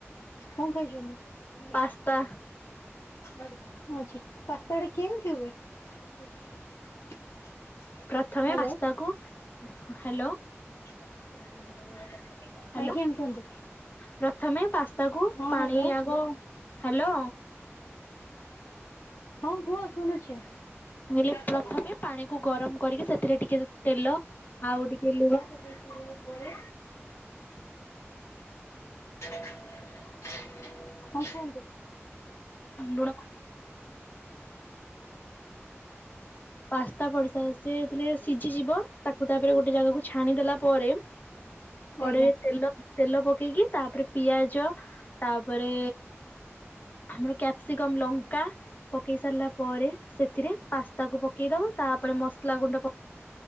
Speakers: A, on the left (about 75°); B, on the left (about 40°).
A: କଣ ଖାଇଛନ୍ତି?
B: ପାସ୍ତା
A: ଆଛା ପାସ୍ତାଡେ କେମିତି ହୁଏ ହ୍ୟାଲୋ
B: ପ୍ରଥମେ ପାସ୍ତାକୁ ହ୍ୟାଲୋ
A: <unintelligible>
B: ହ୍ୟାଲୋ
A: ଆଜ୍ଞା କୁହନ୍ତୁ
B: ପ୍ରଥମେ ପାସ୍ତାକୁ
A: ହଁ
B: ପାଣି
A: ହ୍ୟାଲୋ
B: ଆଗ ହ୍ୟାଲୋ
A: ହଁ କୁହ ଶୁଣୁଛି।
B: ମୁଁ ହେଲେ ପ୍ରଥମେ
A: ହଁ
B: ପାଣି କୁ ଗରମ କରିକି ସେଥିରେ ଟିକେ ତେଲ, ଆଉ ଟିକେ ଲୁଣ
A: ଦେଇ ସରିଲାପରେ <inaudible> ହଁ କୁହନ୍ତୁ? <inaudible> <inaudible>
B: ଲୁଣ ପାସ୍ତା ପଡିଶା ସେ ସିଝିଯିବ ତାକୁ ତାପରେ ଗୋଟେ ଜାଗାକୁ ଛାଣିଦେଲା ପରେ କଡେଇରେ
A: ଆଜ୍ଞା
B: ତେଲ ତେଲ ପ ପେଇକି ତାପରେ ପିଆଜ ତାପରେ ଆମର କ୍ୟାପସିକମ ଲଙ୍କା ପକେଇ ସାରିଲା ପରେ ସେଥିରେ ପାସ୍ତା କୁ ପ ପକେଇଦବ ତାପରେ ମସଲା ଗୁଣ୍ଡ ପ୍ କେ